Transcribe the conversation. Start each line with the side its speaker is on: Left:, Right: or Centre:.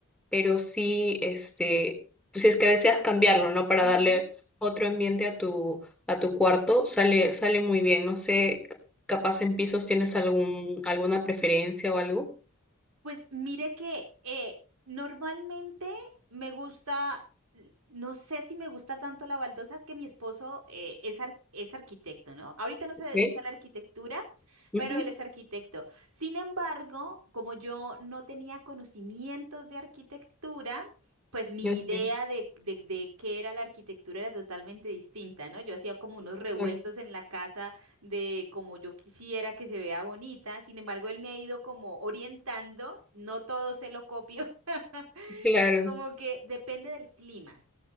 Centre: pero sí, este, pues si es que deseas cambiarlo, ¿no? Para
Right: ujú.
Centre: darle otro ambiente a tu, a tu cuarto, sale, sale muy bien. No sé, c- capaz en pisos tienes algún, alguna preferencia o algo.
Right: Pues mire que eh, normalmente me gusta, l- no sé si me gusta tanto la baldosa, es que mi esposo eh, es, ar- es arquitecto, ¿no? Ahorita no se
Centre: Ok.
Right: dedica a la arquitectura,
Centre: Ujú.
Right: pero él es arquitecto. Sin embargo, como yo no tenía conocimientos de arquitectura, pues mi
Centre: Ok.
Right: idea de, de, de qué era la arquitectura era totalmente distinta, ¿no? Yo hacía como unos revueltos
Centre: Exacto.
Right: en la casa de como yo quisiera que se vea bonita. Sin embargo, él me ha ido como orientando, no todo se lo copio, <laughs>
Centre: Claro.
Right: como que depende del clima